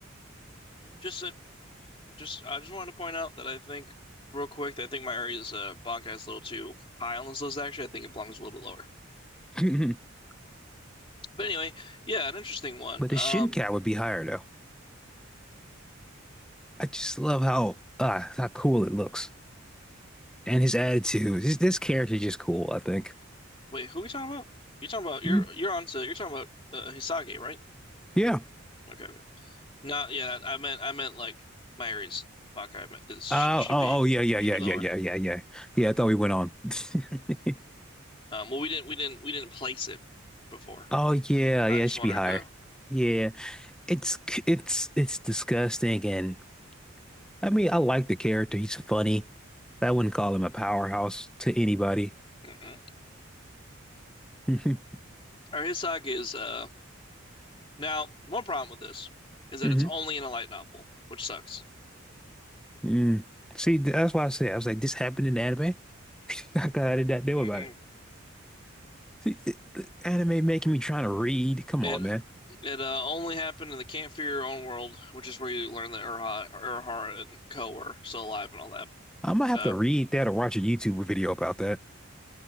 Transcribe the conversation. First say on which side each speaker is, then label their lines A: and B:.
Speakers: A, on the left (about 25°); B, in the centre.
A: just uh, just I just wanted to point out that I think real quick that I think my area is uh Bankai's a little too high on this list actually. I think it belongs a little bit lower.
B: <laughs>
A: But anyway, yeah, an interesting one.
B: But
A: Um
B: his shin cap would be higher though. I just love how uh how cool it looks. And his attitude. This this character is just cool, I think.
A: wait, who are we talking about? You're talking about you're
B: Mm,
A: you're on to you're talking about uh, Hisage, right?
B: Yeah.
A: Okay, okay. Not yeah, I meant I meant like Myri's Bankai is should,
B: Oh,
A: should
B: oh,
A: be
B: oh, yeah, yeah,
A: should
B: yeah,
A: be lower.
B: yeah, yeah, yeah, yeah. Yeah, I thought we went on. <laughs>
A: Um, well, we didn't we didn't we didn't place it before.
B: Oh yeah,
A: I
B: yeah,
A: just
B: it should
A: wanted
B: be higher.
A: to.
B: Yeah. It's c- it's it's disgusting and I mean, I like the character. He's funny. I wouldn't call him a powerhouse to anybody.
A: Mm-mm.
B: hmm
A: Our Hisaki is uh now one problem with this is that
B: hmm
A: it's only in a light novel, which sucks.
B: Mm. See, th- that's why I said I was like, this happened in anime. <laughs> I did not know
A: Mm-mm.
B: about it. See, it- the anime making me trying to read. Come
A: It
B: on, man.
A: it uh, only happened in the Can't Your Own World, which is where you learn that Urha, Urhara and Ko are still alive and all that.
B: I am gonna have
A: Uh,
B: to read that or watch a YouTube video about that.